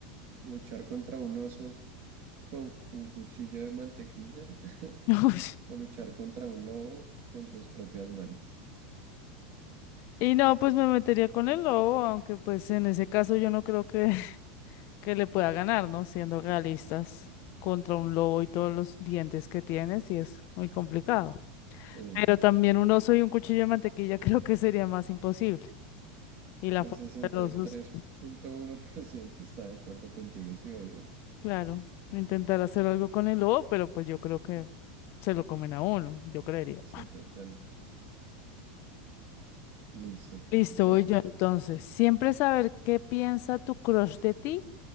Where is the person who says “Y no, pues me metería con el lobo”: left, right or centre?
Left